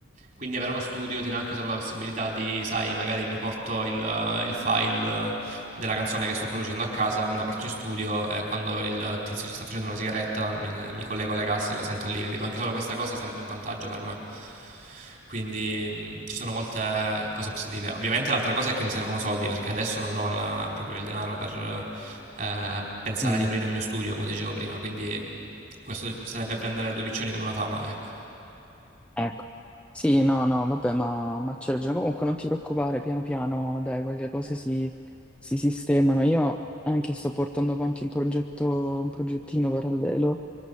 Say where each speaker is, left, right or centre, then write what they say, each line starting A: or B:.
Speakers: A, on the right; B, in the centre.
A: quindi avere uno studio ti dà anche solo la possibilità di, sai, magari mi porto il, il file della canzone che sto producendo a casa, me la porto in studio e quando il tizio si sta facendo una sigaretta mi, mi collego alle casse e la sento lì, capito? Anche solo questa cosa sarebbe un vantaggio per me. Quindi mh, ci sono molte cose positive. Ovviamente l'altra cosa è che mi servono soldi perché adesso non ho la- proprio il denaro per eh, pensare
B: Mm,
A: di aprire il mio studio, come dicevo prima, quindi questo sarebbe prendere due piccioni con una fava, ecco.
B: ecco. Sì, no, no, vabbè, ma, ma c'è già. Comunque non ti preoccupare, piano piano, dai, quelle cose si, si sistemano. Io anche sto portando avanti un progetto, un progettino parallelo,